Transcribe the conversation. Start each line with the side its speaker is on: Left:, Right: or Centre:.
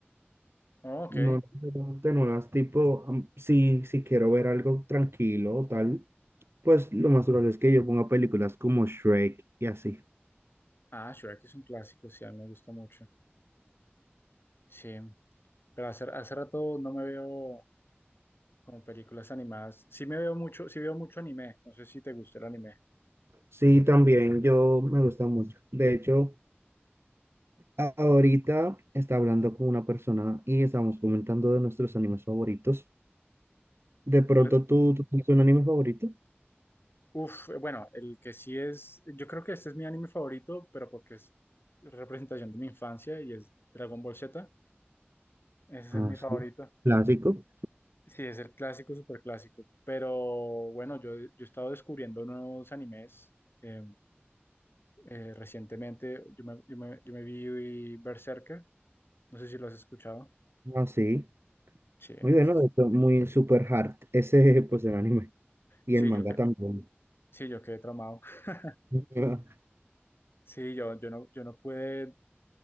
Left: Oh, ok.
Right: No necesariamente no las tipo, am- si, si quiero ver algo tranquilo o tal, pues lo más probable es que yo ponga películas como Shrek y así.
Left: Ah, Shrek es un clásico, sí, a mí me gusta mucho. Sí, pero hace, hace rato no me veo como películas animadas. Sí me veo mucho, sí veo mucho anime. No sé si te gusta el anime.
Right: Sí, también yo me gusta mucho. De hecho... Ahorita está hablando con una persona y estamos comentando de nuestros animes favoritos. De pronto,
Left: Por- e,
Right: ¿tú, tú tienes un anime favorito?
Left: Uf, eh, bueno, el que sí es, yo creo que este es mi anime favorito, pero porque es representación de mi infancia y es Dragon Ball Z. Ese es
Right: Ah,
Left: el- mi favorito.
Right: sí. Clásico.
Left: Sí, es el clásico, súper clásico. Pero bueno, yo, yo he estado descubriendo nuevos animes. eh, eh, recientemente yo me, yo me- yo me vi Berserker. No sé si lo has escuchado.
Right: Ah, sí.
Left: Sí,
Right: Muy bueno,
Left: ese es-
Right: de hecho, muy super hard. Ese, pues, el anime. Y
Left: sí,
Right: el manga
Left: yo que,
Right: también.
Left: sí, yo quedé traumado. <laughs>
Right: <laughs>
Left: Sí, yo, yo no, yo no pude,